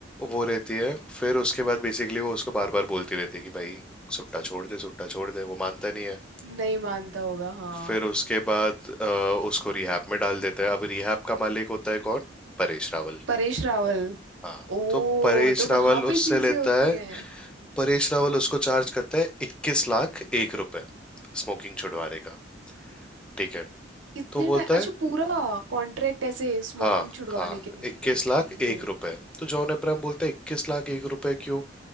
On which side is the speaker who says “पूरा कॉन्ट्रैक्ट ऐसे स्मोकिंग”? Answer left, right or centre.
Right